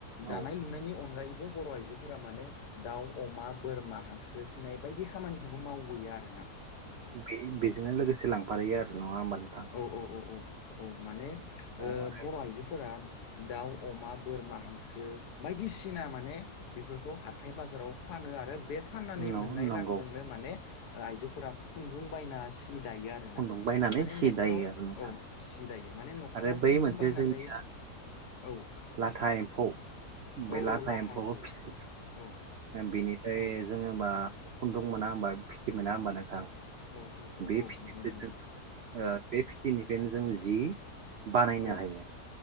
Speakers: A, on the left; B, on the right.
A: दानाय
B: औ
A: लुनायनि अनगायै। बर' आइजोफोरा माने दाउ अमा बोरमा हांसो फिनाय बायदि खामानिखौबो मावबोयो आरोना।
B: बे बेजोंनो लोगोसे लांफारहैयो आरो नङा होमबा। नोंथां
A: औ औ औ औ औ माने
B: अ
A: ओ
B: आरो
A: बर‌' आइजोफोरा दाउ अमा बोरमा हांसो बायदिसिना माने बेफोरखौ हाथाय बाजाराव फानो आरो बे फाननानै
B: न
A: मोननाय
B: नंगौ
A: रांजोंनो माने आइजोफोरा खुन्दुं बायना सि दायो आर ना
B: खुन्दुं बायनानै
A: माने
B: सि
A: नख
B: दायो
A: नखराव
B: आरो नोंथां
A: औ सि दायो माने नखराव
B: आरो बै
A: खुन्दुं
B: मोनसे
A: बायनानै
B: जोंनि
A: औ
B: लाथा एम्फौ बे
A: औ
B: लाथा
A: औ
B: एम्फौखौ
A: एम्फौ
B: फिसियो
A: औ
B: बेनिफ्राय
A: औ
B: जोङोबा खुन्दुं मोना होनबा फिथि मोना होनोमबा नोंथां।
A: औ औ औ
B: बे
A: औ
B: फिथिखौ
A: मोनो मोनो।
B: जों बे फिथिनिफ्रायनो जों जि बानायनो
A: औ
B: हायो